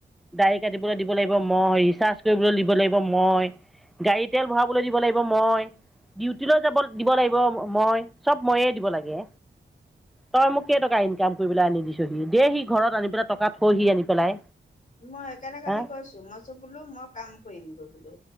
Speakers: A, in the centre; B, on the left.
A: দাড়ি কাটিবলৈ দিব লাগিব মই, ৰিচাৰ্চ কৰিবলৈ দিব লাগিব মই। গাড়ী তেল ভৰাবলৈ দিব লাগিব মই, ডিউটিলৈ যাবল দিব লাগিব মই, চব ময়েই দিব লাগে। তই মোক কেইটকা ইনকাম কৰিপেলাই আনি দিছহি? দেহি ঘৰত আনি পেলাই টকা থহি আনি পেলাই।
B: মই সেইকাৰণে কালি
A: হা
B: কৈছো, মইচো বোলো মই কাম কৰিমগৈ বোলো।